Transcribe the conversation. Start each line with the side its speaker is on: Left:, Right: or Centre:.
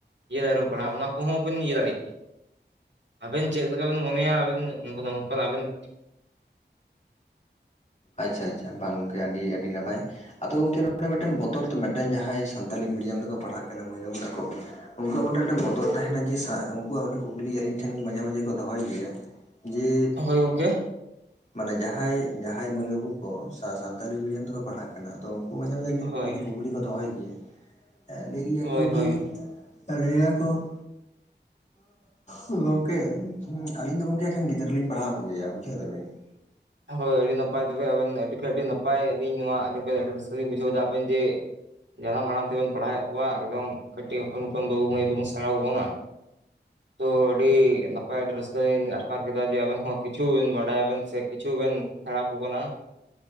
Right: ᱤᱭᱟᱹ ᱫᱟᱨᱮ <unintelligible> ᱯᱟᱲᱦᱟᱣ ᱚᱱᱟ ᱠᱚᱦᱚᱸ ᱵᱚᱱ ᱤᱭᱟᱹ ᱫᱟᱲᱮᱭᱟᱜ ᱜᱮᱭᱟ ᱾ ᱟᱵᱮᱱ ᱪᱮᱫ ᱞᱮᱠᱟ ᱵᱮᱱ ᱢᱚᱱᱮᱭᱟ ᱟᱵᱤᱱ ᱱᱚᱝ <unintelligible> ᱟᱵᱮᱱ ᱾
Left: ᱟᱪᱪᱷᱟ ᱟᱪᱪᱷᱟ ᱵᱟᱝ ᱜᱚᱝᱠᱮ ᱟᱹᱰᱤ ᱟᱹᱰᱤ ᱱᱟᱯᱟᱭ ᱾ ᱟᱫᱚ ᱜᱚᱢᱠᱮ ᱱᱚᱰᱮ ᱢᱤᱫᱴᱮᱱ ᱵᱚᱛᱚᱨ ᱛᱚ ᱢᱮᱫᱴᱮᱱ ᱡᱟᱸᱦᱟᱸᱭ ᱥᱟᱱᱛᱟᱞᱤ ᱢᱤᱰᱤᱭᱟᱢ ᱛᱮᱠᱚ ᱯᱟᱲᱦᱟᱜ ᱠᱟᱱᱟ ᱢᱟᱹᱭ ᱵᱟᱹᱵᱩ ᱛᱟᱠᱚ ᱾ ᱩᱱᱠᱩᱣᱟᱜ ᱢᱤᱫᱴᱮᱱ ᱢᱤᱫᱴᱮᱱ ᱵᱚᱛᱚᱨ ᱛᱟᱸᱦᱮᱱᱟ ᱡᱮ ᱩᱱᱠᱩᱣᱟᱜ ᱢᱤᱫᱴᱮᱱ ᱠᱩᱠᱞᱤ ᱟᱹᱞᱤᱧ ᱴᱷᱮᱱ ᱢᱟᱡᱮ ᱢᱟᱡᱮ ᱠᱚ ᱼ ᱫᱚᱦᱚᱭ ᱜᱮᱭᱟ ᱾ ᱡᱮ
Right: ᱦᱳᱭ ᱜᱚᱝᱠᱮ
Left: ᱢᱟᱱᱮ ᱡᱟᱸᱦᱟᱸᱭ ᱡᱟ ᱾ ᱡᱟᱸᱦᱟᱸᱭ ᱢᱟᱹᱭ ᱵᱟᱹᱵᱩ ᱠᱚ ᱥᱟᱶ ᱥᱟᱱᱛᱟᱞᱤ ᱢᱤᱰᱤᱭᱟᱢ ᱛᱮᱠᱚ ᱯᱟᱲᱦᱟᱜ ᱠᱟᱱᱟ ᱾ ᱛᱚ ᱩᱱᱠᱩ ᱢᱟᱡᱮ ᱢᱟᱡᱮ
Right: ᱦᱳᱭ
Left: ᱠᱩᱠᱚᱞᱤ ᱠᱩᱠᱞᱤ ᱠᱚ ᱫᱚᱦᱚᱭ ᱜᱮᱭᱟ ᱞᱟᱹᱭ ᱜᱮᱭᱟ
Right: ᱦᱳᱭ
Left: ᱠᱚ ᱡᱮ
Right: ᱦᱳᱭ
Left: ᱾ ᱞᱮᱭᱟ ᱠᱚ ᱾ ᱦᱟᱸᱜ ᱜᱚᱝᱠᱮ ᱟᱹᱞᱤᱧ ᱫᱚ ᱜᱚᱢᱠᱮ ᱠᱷᱟᱱ ᱜᱤᱫᱽᱨᱟᱹ ᱞᱤᱧ ᱯᱟᱲᱦᱟᱣ ᱠᱚ ᱜᱮᱭᱟ ᱵᱩᱡᱷᱟᱹᱣ ᱫᱟᱵᱮᱱ ᱾
Right: ᱦᱳᱭ ᱟᱹᱰᱤ ᱱᱟᱯᱟᱭ ᱛᱚᱵᱮ ᱟᱵᱮᱱ ᱟᱹᱰᱤ ᱠᱷᱟᱱ ᱟᱹᱰᱤ ᱱᱟᱯᱟᱭ ᱟᱹᱞᱤᱧ ᱱᱚᱣᱟ ᱟᱡᱚᱢ ᱠᱟᱛᱮ ᱨᱟᱹᱥᱠᱟ ᱞᱤᱧ ᱵᱩᱡᱷᱟᱹᱣ ᱫᱟ ᱟᱵᱤᱱ ᱡᱮ ᱾ ᱡᱟᱱᱟᱢ ᱟᱲᱟᱝ ᱛᱮᱵᱮᱱ ᱯᱟᱲᱦᱟᱣᱮᱫ ᱠᱚᱣᱟ ᱮᱠᱫᱚᱢ ᱠᱟᱹᱴᱤᱡ ᱦᱚᱯᱚᱱ ᱦᱚᱯᱚᱱ ᱵᱟᱹᱵᱩ ᱢᱟᱹᱭ ᱛᱟᱵᱚᱱ ᱥᱮᱬᱟ ᱟᱠᱚᱠᱟᱱᱟ ᱾ ᱛᱚ ᱟᱹᱰᱤ ᱱᱟᱯᱟᱭ ᱟᱹᱰᱤ ᱨᱟᱹᱥᱠᱟᱹᱧ ᱟᱨᱠᱟᱨ ᱠᱮᱫᱟ ᱡᱮ ᱟᱵᱮᱱ ᱦᱚᱸ ᱠᱤᱪᱷᱩᱵᱤᱱ ᱵᱟᱰᱟᱭᱟ ᱵᱤᱱ ᱥᱮ ᱠᱤᱪᱷᱩ ᱵᱮᱱ ᱥᱮᱬᱟ ᱟᱠᱚ ᱠᱟᱱᱟ᱾